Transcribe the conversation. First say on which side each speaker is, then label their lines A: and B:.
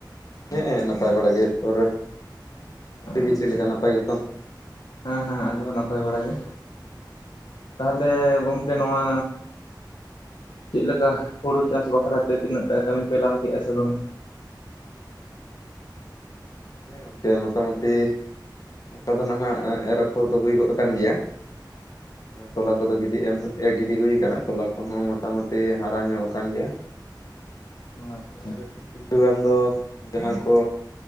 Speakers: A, on the left; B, on the left.
A: ᱦᱮ ᱮᱸ ᱱᱟᱯᱟᱭ ᱵᱟᱲᱟ ᱜᱮ ᱛᱚᱨ ᱟᱯᱮ
B: ᱟᱪᱪᱷᱟ
A: ᱜᱮ ᱪᱮᱫ ᱞᱮᱠᱟ ᱱᱟᱯᱟᱭ ᱜᱮᱛᱚ?
B: ᱦᱮᱸ ᱦᱮᱸ ᱟᱞᱮ ᱦᱚᱸ ᱱᱟᱯᱟᱭ ᱵᱟᱲᱟ ᱜᱮ,
A: ᱟᱪᱪᱷᱟ
B: ᱛᱟᱦᱚᱞᱮ
A: ᱟᱪᱪᱷᱟ
B: ᱜᱚᱝᱠᱮ ᱱᱚᱣᱟ ᱪᱮᱫ ᱞᱮᱠᱟ ᱦᱳᱲᱳ ᱪᱟᱥ ᱵᱟᱠᱷᱨᱟᱛᱮ ᱛᱤᱱᱟᱹᱜ ᱴᱟ ᱠᱟᱹᱢᱤ ᱯᱮ ᱞᱟᱦᱟ ᱠᱮᱫᱟ ᱥᱮ ᱵᱟᱝ?
A: ᱦᱮᱸ ᱜᱚᱢᱠᱮ ᱢᱚᱴᱟᱢᱩᱴᱤ ᱚᱱᱠᱟ ᱫᱚ ᱱᱟᱦᱟᱜ ᱮ ᱨᱚᱯᱷᱚᱲ ᱫᱚ ᱦᱩᱭ ᱜᱚᱫ ᱟᱠᱟᱱ ᱜᱮᱭᱟ᱾ ᱛᱚᱞᱟ ᱠᱚᱫᱚ ᱜᱤᱰᱤ ᱮᱢ ᱮ ᱜᱤᱰᱤ ᱦᱩᱭ ᱠᱟᱱᱟ ᱛᱚᱞᱟ ᱠᱚᱦᱚᱸ ᱢᱚᱴᱟᱢᱩᱴᱤ ᱦᱟᱨᱟ ᱧᱚᱜ ᱟᱠᱟᱱ ᱜᱮᱭᱟ᱾
B: ᱟᱪᱪᱷᱟ
A: ᱟᱨ ᱠᱤᱪᱷᱩ ᱜᱟᱱ ᱫᱚ ᱡᱟᱸᱦᱟᱸ ᱠᱚ᱾